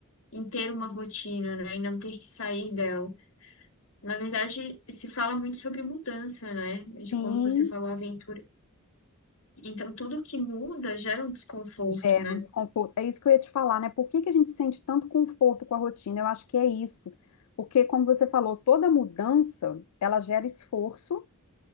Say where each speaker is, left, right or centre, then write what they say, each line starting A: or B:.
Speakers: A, on the left (about 65°); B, on the left (about 85°).
A: em ter uma rotina, né? E não ter que sair dela. Na verdade, se fala muito sobre mudança, né? De
B: Sim,
A: como você falou, aventura. Então, tudo que muda gera um desconforto,
B: gera
A: né?
B: um desconforto. É isso que eu ia te falar, né? Por que que a gente sente tanto conforto com a rotina? Eu acho que é isso. Porque, como você falou, toda mudança, ela gera esforço